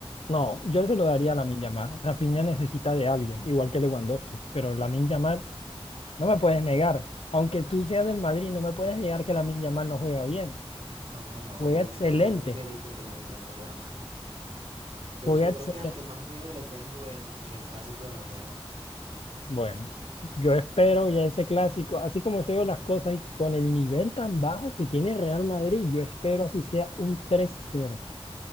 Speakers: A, on the left (about 70°); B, on the right (about 80°).
A: No, yo se lo daría a Lamine Yamal. Rafinha necesita de alguien, igual que Lewandowski, pero Lamine Yamal no me puedes negar. Aunque tú seas del Madrid, no me puedes negar que Lamine Yamal no juega bien.
B: No, no, no,
A: Juega
B: yo
A: excelente,
B: nunca, yo nunca he dicho que Lamine Yamal juega mal. De
A: juega
B: hecho, yo
A: excelente.
B: creo que es al que más miedo le tengo en, en el clásico de mañana.
A: Bueno, yo espero ya ese clásico, así como estoy viendo las cosas y que con el nivel tan bajo que tiene Real Madrid, yo espero así sea un tres cero